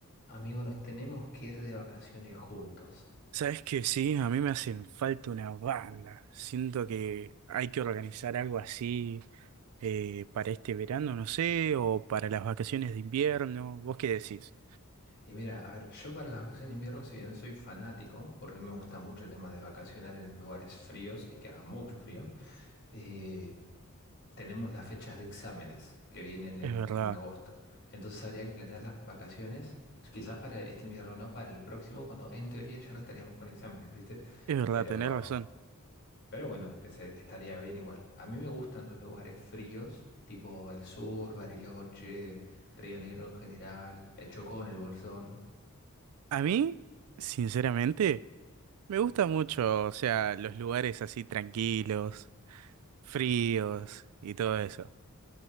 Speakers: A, on the left (about 55°); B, on the right (about 70°).
A: Amigo, nos tenemos que ir de vacaciones juntos.
B: Sabes que sí, a mí me hacen falta una banda. Siento que hay que organizar algo así eh, para este verano, no sé, o para las vacaciones de invierno. ¿Vos qué decís?
A: Y mira, a ver, yo para las vacaciones de invierno, si bien soy fanático, porque me gusta mucho el tema de vacacionar en lugares fríos y que haga mucho frío, eh, tenemos las fechas de exámenes que vienen en,
B: Es verdad,
A: en agosto. Entonces habría que planear las vacaciones, quizás para este invierno no, para el próximo, cuando en teoría ya no estaríamos con exámenes, ¿viste?
B: es verdad,
A: Pero
B: tenés razón.
A: Pero bueno, ese- estaría bien igual. A mí me gustan los lugares fríos, tipo el sur, Bariloche, Río Negro en general, el Chocón, el Bolsón.
B: A mí, sinceramente, me gusta mucho, o sea, los lugares así tranquilos, fríos y todo eso.